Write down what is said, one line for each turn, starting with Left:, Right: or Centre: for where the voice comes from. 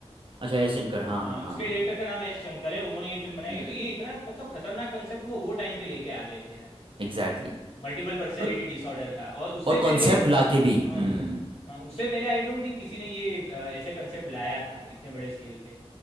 Right: अच्छा एस शंकर हाँ
Left: हाँ
Right: हाँ हाँ
Left: उसके
Right: हाँ
Left: डायरेक्टर
Right: हाँ
Left: का नाम एस शंकर है उन्होंने ये फिल्म बनाई
Right: हम्म
Left: है तो ये इतना मतलब खतरनाक कंसेप्ट वो वो टाइम पे लेके आ गए थे यार
Right: एग्जैक्टली
Left: मल्टीपल पर्सनैलिटी
Right: और
Left: डिसऑर्डर का और उससे
Right: और कॉन्सेप्ट
Left: पहले हाँ
Right: लाके भी हम्म
Left: हाँ उससे पहले आई डोंट थिंक किसी ने ये अ, ऐसे कंसेप्ट लाया था इतने बड़े स्केल पे